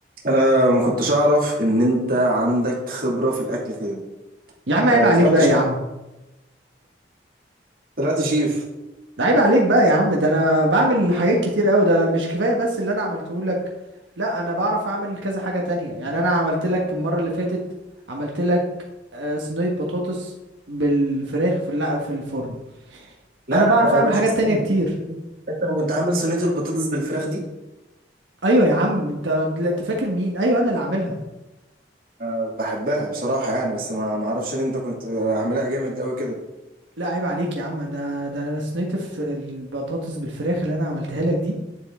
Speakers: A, on the right (about 50°); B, on the right (about 85°).
A: انا ما كنتش اعرف ان انت عندك خبره في الاكل كده
B: يا عم عيب
A: آه،
B: عليك
A: طلعت
B: بقى يا عم
A: طلعت شيف
B: عيب عليك بقى يا عم ده انا بعمل حاجات كتير قوي ده مش كفايه بس اللي انا عملته لك لا انا بعرف اعمل كذا حاجه تانية يعني انا عملت لك المره اللي فاتت عملت لك آه، صينيه بطاطس بالفراخ في الل- في الفرن
A: لا
B: انا
A: لا
B: بعرف
A: لا
B: اعمل
A: يا باشا
B: حاجات
A: استنى
B: تانية كتير
A: انت لو كنت عامل صينيه البطاطس بالفراخ دي
B: ايوه يا عم انت لا، انت فاكر مين ايوه انا اللي عاملها
A: آه، بحبها بصراحه يعني بس ما ما اعرفش ان انت كنت عاملها جامد قوي كده
B: لا عيب عليك يا عم انا ده انا صينيه الف- البطاطس بالفراخ اللي انا عملتها لك دي